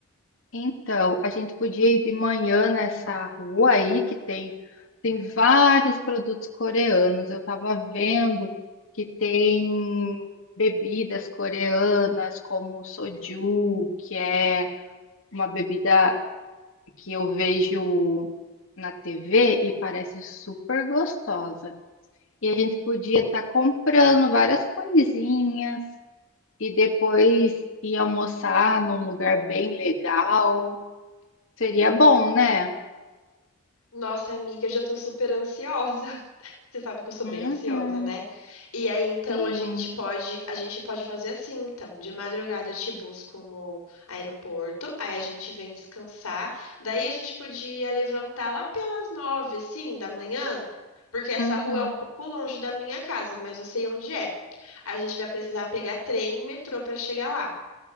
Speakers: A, on the left; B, on the left.
A: Então, a gente podia ir de manhã nessa rua aí que tem tem vários produtos coreanos. Eu estava vendo que tem bebidas coreanas como o soju, que é uma bebida que eu vejo na TV e parece super gostosa. E a gente podia estar comprando várias coisinhas e depois ir almoçar num lugar bem legal. Seria bom, né?
B: Nossa, amiga, eu já tô super ansiosa. Você sabe que eu sou
A: Uhum,
B: bem ansiosa, né? E aí, então,
A: sim.
B: a gente pode, a gente pode fazer assim, então, de madrugada eu te busco no aeroporto, aí a gente vem descansar, daí a gente podia levantar lá pelas nove, assim, da manhã, porque essa
A: Uhum.
B: rua é um pouco longe da minha casa, mas eu sei onde é. A gente vai precisar pegar trem e metrô para chegar lá.